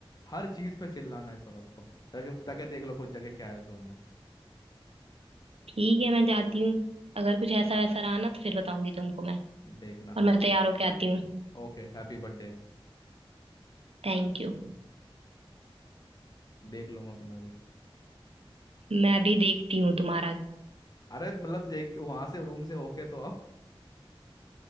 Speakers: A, on the left; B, on the right.
A: हर चीज पे चिल्लाना है इस औरत को ताकि ताकि देख लो कुछ जगह क्या है उस रूम में
B: ठीक है मैं जाती हूँ अगर कुछ ऐसा वैसा रहा ना तो फिर बताऊंगी तुमको मैं
A: देखना
B: और मैं तैयार होके आती हूँ
A: Okay happy birthday
B: Thank you
A: देख लूंगा तुम्हें भी
B: मैं भी देखती हूँ तुम्हारा
A: अरे मतलब देख वहां से रूम से होके तो आओ